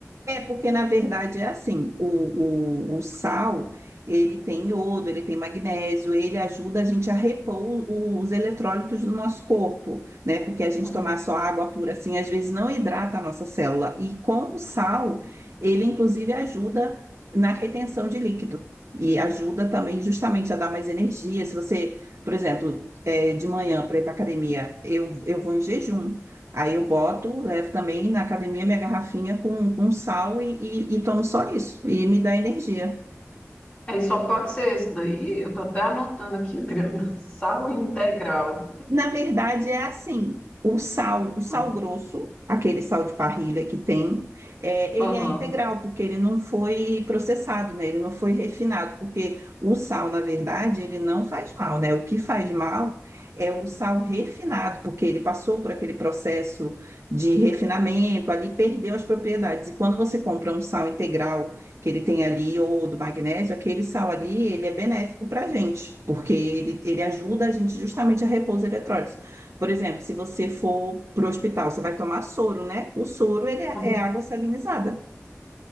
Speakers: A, on the right; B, on the left.
A: É, porque na verdade é assim, o, o, o sal, ele tem iodo, ele tem magnésio, ele ajuda a gente a repor o- os eletrólitos do nosso corpo, né? Porque a gente
B: Hum.
A: tomar só água pura assim, às vezes não hidrata a nossa célula. E com o sal, ele inclusive ajuda na retenção de líquido. E ajuda também justamente a dar mais energia. Se você, por exemplo, é, de manhã para ir para academia, eu, eu vou em jejum. Aí eu boto, levo também na academia minha garrafinha com, com sal e, e, e tomo só isso, e me dá energia.
B: Aí só pode ser esse daí. Eu tô até anotando aqui, Adriana. <laughs> Sal integral.
A: Na verdade, é assim: o sal, o sal
B: Hum.
A: grosso, aquele sal de parrilha que tem, é, ele
B: Aham.
A: é integral, porque ele não foi processado, né? Ele não foi refinado, porque o sal, na verdade, ele não faz mal, né? O que faz mal é o sal refinado, porque ele passou por aquele processo de refinamento, ali perdeu as propriedades. E quando você compra um sal integral, que ele tem ali, ou do magnésio, aquele sal ali, ele é benéfico para a gente, porque ele, ele ajuda a gente justamente a repor os eletrólitos. Por exemplo, se você for para o hospital, você vai tomar soro, né? O soro, ele é
B: Hum.
A: é água salinizada.